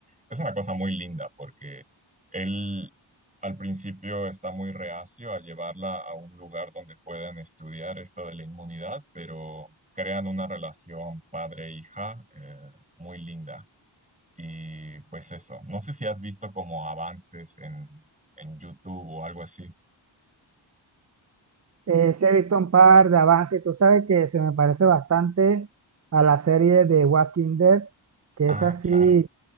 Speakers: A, on the right; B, on the right.
A: es una cosa muy linda porque él al principio está muy reacio a llevarla a un lugar donde puedan estudiar esto de la inmunidad, pero crean una relación padre-hija eh, muy linda. Y pues eso, no sé si has visto como avances en, en YouTube o algo así.
B: Eh, sí he visto un par de avances. Tú sabes que se me parece bastante a la serie de Walking Dead, que
A: Ah,
B: es así,
A: claro,